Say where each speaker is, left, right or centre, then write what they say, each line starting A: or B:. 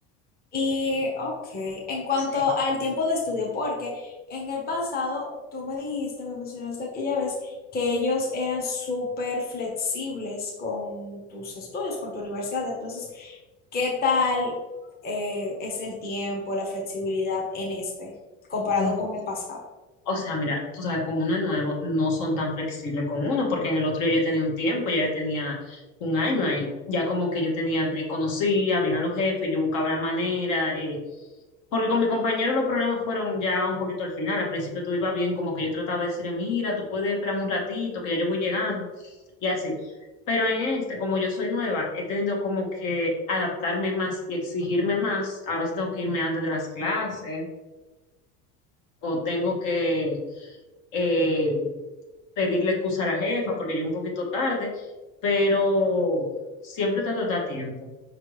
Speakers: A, on the left (about 25°); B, on the left (about 65°).
A: Y, ok, en cuanto
B: Sí.
A: al tiempo de estudio, porque en el pasado tú me dijiste, me mencionaste aquella vez que ellos eran súper flexibles con tus estudios, con tu universidad. Entonces, ¿qué tal eh, es el tiempo, la flexibilidad en este, comparado
B: Ujú.
A: con el pasado?
B: O sea, mira, tú sabes, como uno es nuevo, no son tan flexibles con uno, porque en el otro yo ya tenía un tiempo, ya yo tenía un año ahí, ya como que yo tenía, eh, conocía bien a los jefes, yo buscaba la manera, eh, Porque con mi compañero los problemas fueron ya un poquito al final. Al principio todo iba bien, como que yo trataba de decirle, mira, tú puedes esperar un ratito, que ya yo voy llegando, y así. Pero en este, como yo soy nueva, he tenido como que adaptarme más y exigirme más. A veces tengo que irme antes de las clases o tengo que eh, pedirle excusa a la jefa porque llegué un poquito tarde, pero siempre trato de estar a tiempo,